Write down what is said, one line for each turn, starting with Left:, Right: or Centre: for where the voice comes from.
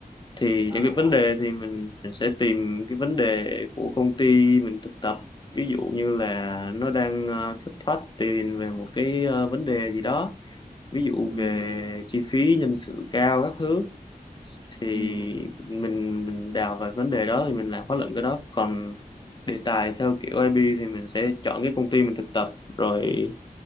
Left: thì
Right: à
Left: những cái vấn đề thì mình, mình sẽ tìm cái vấn đề của công ty mình thực tập ví dụ như là nó đang ờ, thất thoát tiền về một cái ờ, vấn đề gì đó ví dụ
Right: ừ
Left: về chi phí nhân sự cao các thứ thì
Right: ừ
Left: mình mình đào về vấn đề đó thì mình làm khóa luận cái đó còn đề tài theo kiểu IB thì mình sẽ chọn cái công ty mình thực tập rồi